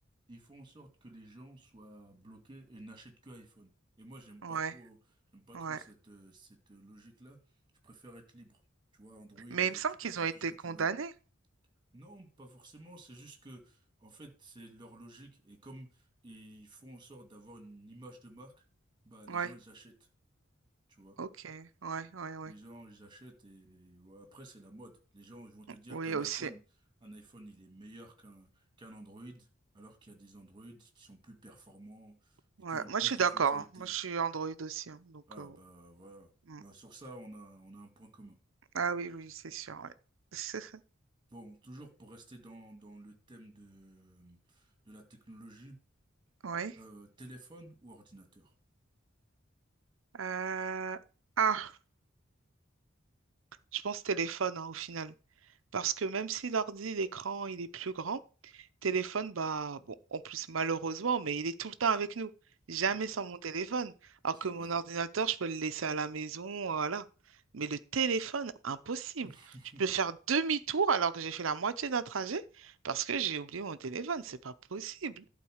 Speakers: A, on the right; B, on the right.
A: ils font en sorte que les gens soient bloqués et n'achètent que iPhone. Et moi, j'aime
B: Ouais,
A: pas trop, j'aime pas
B: ouais.
A: trop cette, euh, cette euh, logique-là. Je préfère être libre. Tu vois, Android,
B: Mais
A: euh,
B: il me semble
A: tu
B: qu'ils
A: peux faire
B: ont été
A: tout ce que
B: condamnés.
A: tu veux. Non, pas forcément. C'est juste que, en fait, c'est leur logique. Et comme ils font en sorte d'avoir une image de marque, bah, les
B: Ouais,
A: gens, ils achètent. Tu vois.
B: ok, ouais, ouais, ouais.
A: Les gens, ils achètent et ouais, après, c'est la mode. Les gens, ils vont te dire
B: Oui,
A: qu'un
B: aussi.
A: iPhone, un iPhone, il est meilleur qu'un qu'un Android, alors qu'il y a des Android qui sont plus performants et
B: Ouais.
A: qui ont
B: Moi,
A: plus
B: je suis
A: de
B: d'accord.
A: fonctionnalités.
B: hein. Moi, je suis Android aussi. hein. Donc,
A: Ah,
B: euh, bon.
A: bah, voilà.
B: Mm.
A: Ouais, Sur ça, on a, on a un point commun.
B: Ah oui, oui, c'est sûr, ouais. <laughs>
A: Bon, toujours pour rester dans, dans le thème de, de la technologie,
B: Oui.
A: Euh, téléphone ou ordinateur?
B: Euh, Ah, je pense téléphone, hein, au final. Parce que même si l'ordi, l'écran, il est plus grand, téléphone, bah, bon, en plus, malheureusement, mais il est tout le temps avec nous. Jamais
A: Mhm.
B: sans mon téléphone. Alors
A: C'est
B: que
A: vrai.
B: mon ordinateur, je peux le laisser à la maison, euh, voilà. Mais le téléphone, impossible.
A: <laughs>
B: Je peux faire demi-tour alors que j'ai fait la moitié d'un trajet parce que j'ai oublié mon téléphone. C'est pas possible.